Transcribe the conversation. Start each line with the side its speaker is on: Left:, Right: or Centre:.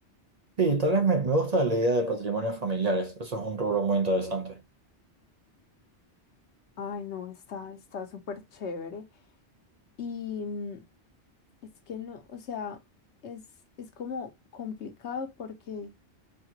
Right: Sí, tal vez me, me gusta la idea de patrimonios familiares. Eso es un rubro muy interesante.
Left: Ay, no, está, está súper chévere. Y mm, es que no, o sea, es, es como complicado porque